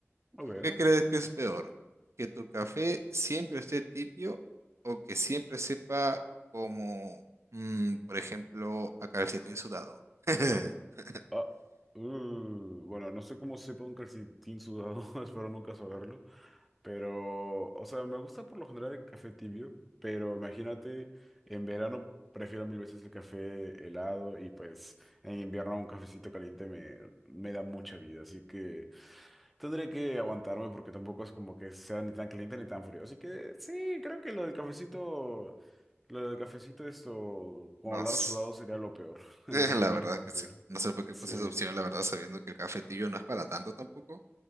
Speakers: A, in the centre; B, on the right.
A: A ver.
B: ¿Qué crees que es peor? ¿Que tu café siempre esté tibio o que siempre sepa como, mm, por ejemplo, a calcetín sudado? <laughs>
A: Ah, uh, bueno, no sé cómo sepa un calcetín sudado, <laughs> espero nunca saberlo. Pero, o sea, me gusta por lo general el café tibio, pero imagínate, en verano prefiero mil veces el café helado y pues en invierno un cafecito caliente me, me da mucha vida. Así que tendré que aguantarme porque tampoco es como que sea ni tan caliente ni tan frío. Así que sí, creo que lo del cafecito Lo del cafecito, esto, como
B: No.
A: hablar
B: sé.
A: sudado sería lo peor,
B: <laughs>
A: <laughs>
B: Eh,
A: así
B: La
A: que no
B: verdad
A: lo cogería.
B: que sí. No sé por qué
A: Sí,
B: puse esa opción, la verdad, sabiendo que el cafetillo no es para tanto tampoco,